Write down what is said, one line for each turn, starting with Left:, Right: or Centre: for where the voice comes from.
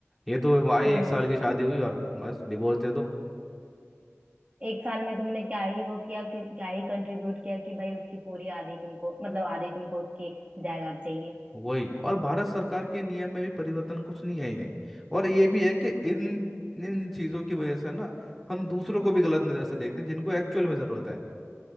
Centre: ये तो आई
Right: हम्म
Centre: एक साल की शादी हुई और बस डिवोर्स दे दो
Right: एक साल में तुमने क्या ही वो किया कि क्या ही कंट्रीब्यूट किया कि भाई उसकी पूरी आधी तुमको मतलब आधी तुमको उसकी जायदाद चाहिए
Centre: वही और भारत सरकार के नियम में भी परिवर्तन कुछ नहीं है ये और ये भी है कि इन इन चीज़ों की वजह से ना हम दूसरों को भी गलत नज़र से देखते हैं जिनको एक्चुअल में ज़रूरत है